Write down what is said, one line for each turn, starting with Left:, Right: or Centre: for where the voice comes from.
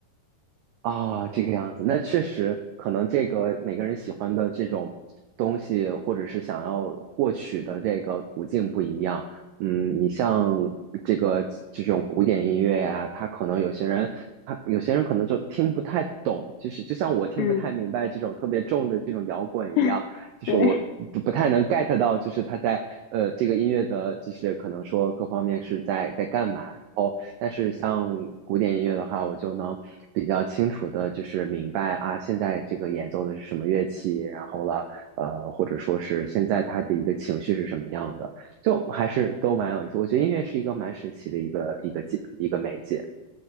Right: 啊，这个样子，那确实可能这个每个人喜欢的这种东西，或者是想要获取的这个途径不一样。嗯，你像这个这种古典音乐呀，他可能有些人，他有些人可能就听不太懂，就是就像我听不太明白这种特别重的这种摇滚一样，
Left: 嗯，<laughs>
Right: 就是我不不太能
Left: 对
Right: get 到，就是他在呃这个音乐的，就是可能说各方面是在在干嘛。但是像古典音乐的话，我就能比较清楚的，就是明白啊，现在这个演奏的是什么乐器，然后了，呃，或者说是现在他的一个情绪是什么样的，就还是都蛮有意思。我觉得音乐是一个蛮神奇的一个一个介一个媒介。